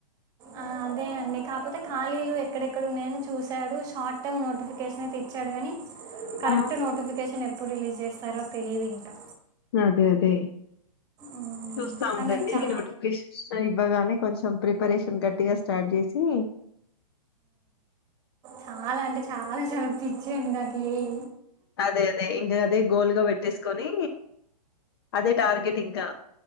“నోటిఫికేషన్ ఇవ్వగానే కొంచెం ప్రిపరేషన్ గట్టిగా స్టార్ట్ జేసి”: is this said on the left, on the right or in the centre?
Left